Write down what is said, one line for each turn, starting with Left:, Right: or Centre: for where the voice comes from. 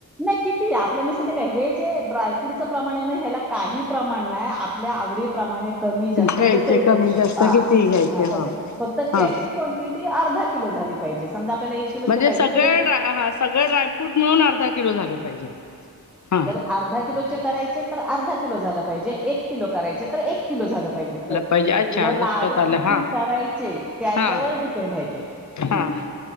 Centre: नाही किती? आपल म मी सांगते काय? हे जे ड्रायफ्रूटचं प्रमाण आहे ना हेला काही प्रमाण नाय. आप- -ल्या आवडी प्रमाणे- कमी जास्त
Left: घ्यायचे
Centre: कसही
Left: कमी
Centre: करू
Left: जास्त
Centre: शकतो. हां.
Left: किती घ्यायचे
Centre: तसय.
Left: हा
Centre: फक्त
Left: हा
Centre: त्याची क्वान - -टीटी अर्धा किलो झाली पाहिजे. समजा- आपल्याला किलोचे
Left: म्हणजे
Centre: पाहिजे
Left: सगळें
Centre: तर
Left: ड्राय हां. सगळें ड्रायफ्रूट मिळूंन अर्धा किलो झाले पाहिजे हां.
Centre: अर्धा किलो करायचे तरं अर्धा किलो झालं पाहिजे. एक किलो करायचे तरं एक- किलो झालं पाहिजे. तरं
Left: पाहिजे अच्छा
Centre: तुला
Left: लक्षात
Centre: लाडू किती
Left: आलं हा
Centre: करायचे? त्याच्यावर
Left: हा
Centre: डिपेंड आहे ते.
Left: हा
Centre: हम्मं.